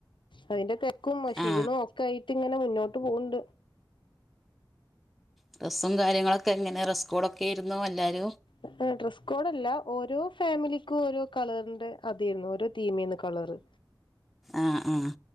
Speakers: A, on the left; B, in the centre.
A: അതിന്റെ തെര ക്കും ക്ഷീണോം
B: ആ
A: ഒക്കായിട്ട്ങ്ങനെ മുന്നോട്ട് പോവ്ണ്ട്.
B: ട്രെസ്സും കാര്യങ്ങളൊക്കെ എങ്ങനെ ട്രെസ്കോടെക്കേര്ന്നു എല്ലാരും.
A: എഹെ ഡ്രസ് കോഡല്ല ഓരോ ഫാമിലിക്കും ഓരോ കളറിന്റെ അതേരുന്നു ഓരോ തീമേന്നു കളറ്.
B: ആഹ്, ആഹ്.